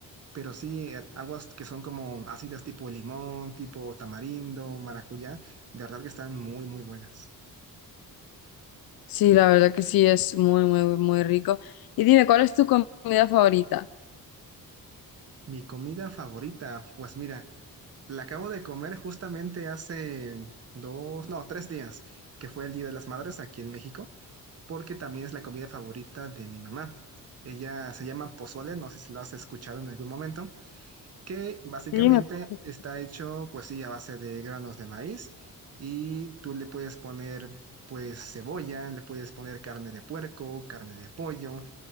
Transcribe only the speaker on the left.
Sí, la verdad que sí, es muy, muy, muy rico. Y dime, ¿cuál es tu comida favorita?
Sí, me parece.